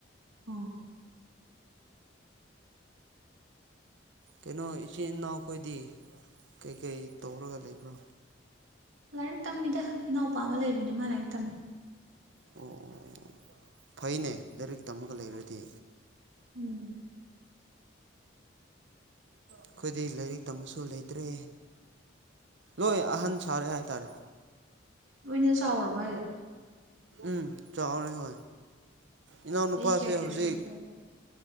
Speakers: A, on the right (about 85°); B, on the right (about 70°).
A: ꯑꯣ
B: ꯀꯩꯅꯣ ꯏꯆꯤꯟ ꯏꯅꯥꯎꯈꯣꯏꯗꯤ ꯀꯩꯀꯩ ꯇꯧꯔꯒ ꯂꯩꯕ꯭ꯔꯣ
A: ꯂꯥꯏꯔꯤꯛ ꯇꯝꯃꯤꯗ ꯏꯅꯥꯎꯄꯥ ꯑꯃ ꯂꯩꯕꯅꯤ ꯃꯥ ꯂꯥꯏꯔꯤꯛ ꯇꯝꯃꯤ
B: ꯑꯣ ꯑꯣ ꯑꯣ ꯑꯣ ꯐꯩꯅꯦ ꯂꯥꯏꯔꯤꯛ ꯇꯝꯃꯒ ꯂꯩꯔꯗꯤ
A: ꯎꯝ
B: ꯑꯩꯈꯣꯏꯗꯤ ꯂꯥꯏꯔꯤꯛ ꯇꯝꯕꯁꯨ ꯂꯩꯇ꯭ꯔꯦ ꯂꯣꯏ ꯑꯍꯟ ꯁꯥꯔꯦ ꯍꯥꯏꯇꯥꯔꯦ
A: ꯂꯣꯏꯅ ꯆꯥꯎꯔꯕ ꯍꯥꯏꯖ‌ꯦ
B: ꯎꯝ ꯆꯥꯎꯔꯦ ꯍꯣꯏ ꯏꯅꯥꯎꯅꯨꯄꯥꯁꯦ
A: ꯆꯍꯤ ꯀꯌꯥ ꯀꯌꯥ
B: ꯍꯧꯖꯤꯛ
A: ꯁꯨꯔꯒꯦ